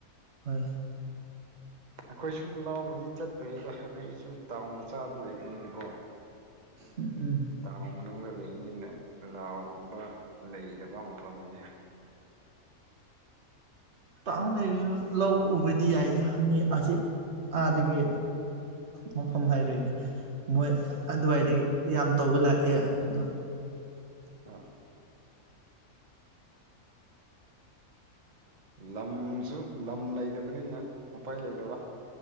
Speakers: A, on the right; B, on the right.
A: ꯍꯣꯏ
B: ꯑꯩꯈꯣꯏꯁꯨ ꯂꯥꯎꯕꯨꯗꯤ ꯆꯠꯇꯣꯏꯕ ꯑꯩꯈꯣꯏꯁꯨ ꯇꯥꯎꯟ ꯃꯆꯥꯗ ꯂꯩꯕꯅꯤꯅꯀꯣ
A: ꯎꯝ ꯎꯝ
B: ꯇꯥꯎꯟ ꯃꯅꯨꯡꯗ ꯂꯩꯕꯅꯤꯅ ꯂꯥꯎꯒꯨꯝꯕ ꯂꯩꯇꯕ ꯃꯐꯝꯅꯤ
A: ꯇꯥꯎꯅ ꯂꯩꯔꯁꯨ ꯂꯧ ꯎꯕꯗꯤ ꯌꯥꯏꯗ ꯃꯤ ꯍꯧꯖꯤꯛ ꯑꯥꯗꯒꯤ ꯃꯐꯝ ꯍꯥꯏꯔꯛꯑꯒꯦ ꯃꯣꯏ ꯑꯗꯨꯋꯥꯏꯗꯒꯤ ꯌꯥꯝ ꯇꯧꯕ ꯂꯥꯛꯑꯦ ꯑꯗꯨꯝ
B: ꯑ <unintelligible> ꯂꯝꯁꯨ ꯂꯝ ꯂꯩꯇꯕꯅꯤꯅ ꯎꯄꯥꯏ ꯂꯩꯇꯕ